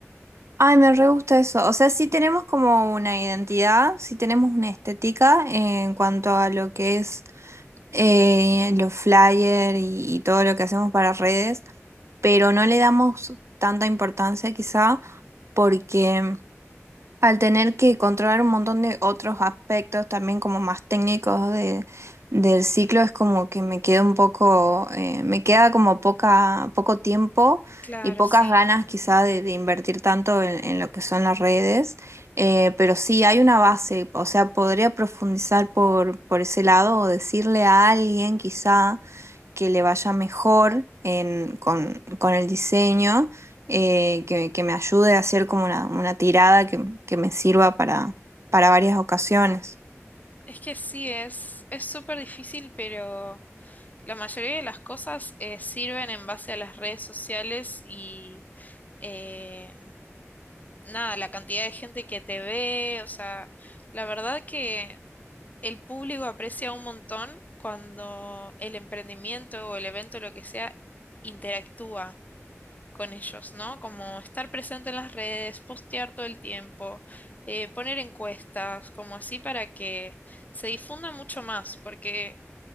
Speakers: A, on the right; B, on the left.
A: Ay, me re gusta eso. O sea, sí tenemos como una identidad, sí tenemos una estética en cuanto a lo que es eh, los flyers y, y todo lo que hacemos para redes, pero no le damos tanta importancia quizá porque Al tener que controlar un montón de otros aspectos también como más técnicos de, del ciclo, es como que me queda un poco, eh, me queda como poca, poco tiempo
B: Claro,
A: y pocas
B: sí.
A: ganas quizá de, de invertir tanto en, en lo que son las redes, Eh, pero sí hay una base, o sea, podría profundizar por, por ese lado o decirle a alguien quizá que le vaya mejor en- con, con el diseño, eh, que, que me ayude a hacer como una, una tirada que, que me sirva para, para varias ocasiones.
B: Es que sí, es, es súper difícil, pero la mayoría de las cosas eh, sirven en base a las redes sociales y... eh, nada, la cantidad de gente que te ve, o sea, la verdad que el público aprecia un montón cuando el emprendimiento o el evento, lo que sea, interactúa con ellos, ¿no? Como estar presente en las redes, postear todo el tiempo, eh, poner encuestas, como así para que se difunda mucho más, porque